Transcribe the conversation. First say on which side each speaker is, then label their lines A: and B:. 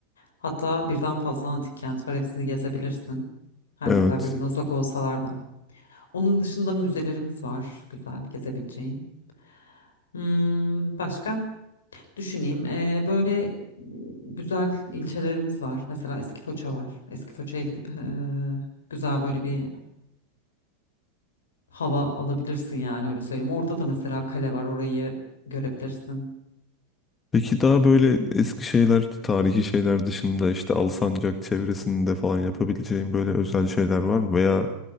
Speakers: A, on the left; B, on the left.
A: Hatta birden fazla antik kent var. Hepsini gezebilirsin. Her
B: Evet.
A: ne kadar birbirine uzak olsalar da. Onun dışında müzelerimiz var. Güzel gezebileceğin. Hmm, başka? Düşüneyim. Ee, böyle güzel ilçelerimiz var. Mesela Eskifoça var. Eskifoça'ya gidip e, güzel böyle bir hava alabilirsin yani öyle söyleyeyim. Orada da mesela kale var orayı görebilirsin.
B: Peki daha böyle eski şeyler, tarihi şeyler dışında işte Alsancak çevresinde falan yapabileceğim böyle özel şeyler var mı? Veya